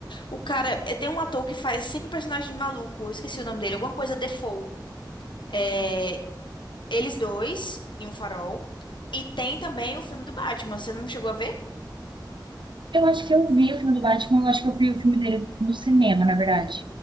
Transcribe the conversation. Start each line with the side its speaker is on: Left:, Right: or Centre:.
Left: O cara... é, Tem um ator que faz sempre personagem maluco, eu esqueci o nome dele, alguma coisa Defoe. É... Eles dois em Um Farol. E tem também o filme do Batman, você não chegou a ver?
Right: Eu acho que eu vi o filme do Batman, eu acho que eu vi o filme dele no cinema, na verdade.